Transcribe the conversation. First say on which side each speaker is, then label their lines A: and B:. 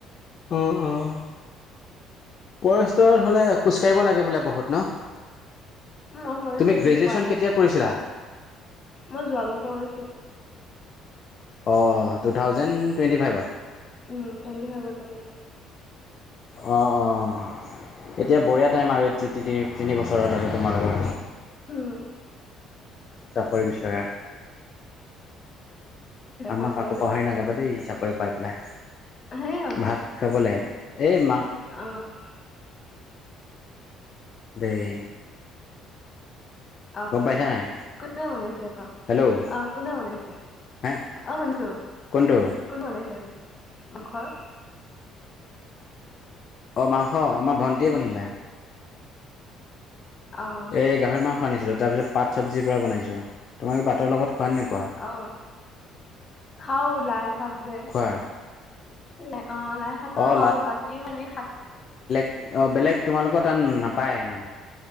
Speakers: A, on the left; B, on the left.
A: অ', অ', পৰেষ্টাৰ হ'লে খোজ কাঢ়িব লাগে বোলে বহুত ন!
B: মই ফৰেষ্টৰ
A: তুমি
B: দি
A: গ্ৰেজুৱেশ্যন
B: পোৱা নাই,
A: কেতিয়া কৰিছিলা
B: মই যোৱাবছৰ হৈছোঁ।
A: অ টু থাউজেণ্ড টুৱেণ্টি ফাইভত
B: উম তন্দে হয়ব কৈছ ন <inaudible>
A: অঁ অঁ এতিয়া বঢ়িয়া টাইম আৰু এই তি - তিনি বছৰত আৰু তোমালোকৰ।
B: উম
A: চাকৰি বিচৰা। আমাক
B: ভাত খাবলে
A: আকৌ পাহৰি নাযাবা দেই চাকৰি পাই পেলাই।
B: সেই হ'ব।
A: ভাত খাবলৈ এই মা
B: অ'
A: দেই।
B: অ',
A: গম পাইছা নাই
B: কোনে বনাইছে <unintelligible>
A: হেল্ল'
B: অ', কোনে বনাইছে?
A: হে
B: অ', শুনছোঁ
A: কোনটো
B: কোন বনাইছে আজি ঘৰ?
A: অ', মাংস আমাৰ ভণ্টিয়ে বনালে।
B: অ'
A: এ, গাহৰি মাংস আনিছিলোঁ তাৰপিছত পাত চব্জিৰ পৰা বনাইছোঁ, তোমাৰে পাতৰ লগত খোৱা নে নোখোৱা
B: অ', খাওঁ লাই শাক যে
A: খোৱা
B: লা অ', লাই শাকটো
A: অঁ
B: খাওঁ বাকী মানে শাক
A: অ', বেলেগ তোমালোকৰ তাত নাপায় ইমান